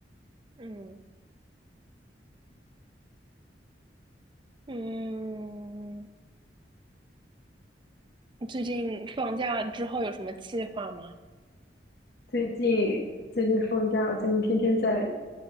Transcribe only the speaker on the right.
<laughs> 嗯。嗯，最近放假之后有什么计划吗？